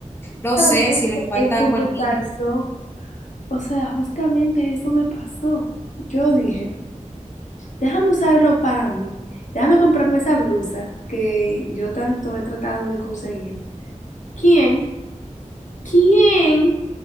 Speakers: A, on the left; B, on the left.
A: Justamente
B: no sé, si le falta
A: eso
B: algo
A: me
B: al niño.
A: pasó. O sea, justamente eso me pasó. Yo dije. déjame usarlo para mí. Déjame comprarme esa blusa que yo tanto he tratado de conseguir. ¿Quién? ¿Quién?